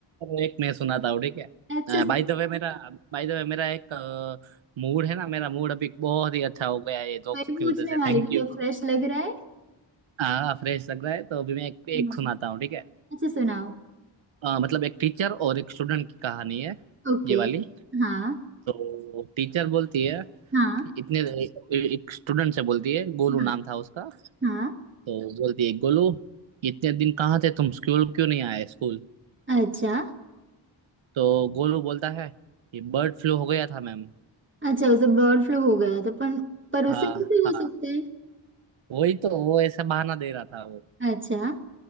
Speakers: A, on the right; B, on the right.
A: एक मैं सुनाता हूँ ठीक है
B: अच्छा सु-
A: बाय द वे मेरा बाय द वे मेरा एक मूड है ना मेरा मूड अभी बहुत ही अच्छा हो गया है ये जोक्स
B: मैं पूछने
A: की वजह से
B: वाली
A: Thank
B: थी
A: you
B: क्या फ्रेश लग रहा है
A: हाँ फ्रेश लग रहा है तो अभी मैं एक, एक
B: नहीं।
A: सुनाता हूँ ठीक है
B: अच्छा सुनाओ
A: अ, मतलब एक टीचर और एक स्टूडेंट की कहानी है
B: ओके
A: ये वाली
B: हाँ
A: तो टीचर बोलती है
B: हाँ
A: कि इतने एक स्टूडेंट से बोलती है गोलू
B: हाँ
A: नाम था उसका
B: हाँ
A: तो बोलती है गोलू इतने दिन कहाँ थे तुम स्कूल क्यों नहीं आए स्कूल
B: अच्छा
A: तो गोलू बोलता है कि बर्ड फ्लू हो गया था मैम
B: अच्छा उसे बर्ड फ्लू हो गया था पर पर
A: हाँ
B: उसे कैसे हो
A: हाँ
B: सकता
A: वही तो वो ऐसा बहाना दे रहा था वो
B: है अच्छा